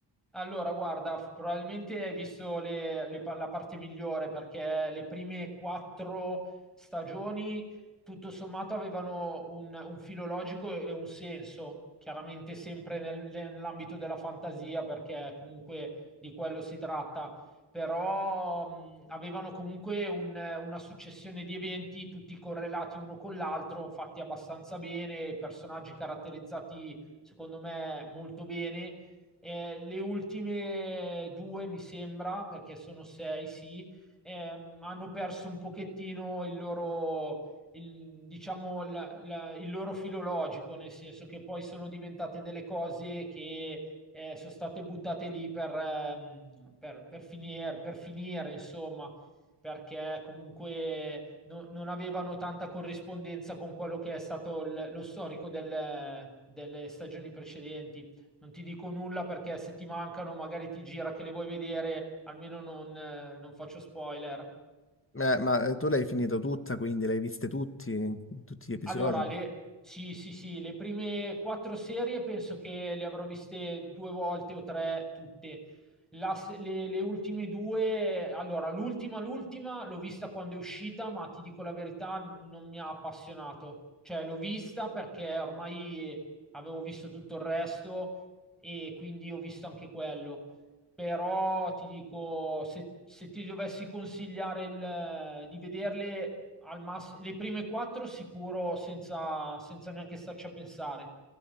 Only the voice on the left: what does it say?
Eh, ma eh, tu l'hai finito tutta, quindi l'hai viste tutti, tutti gli episodi?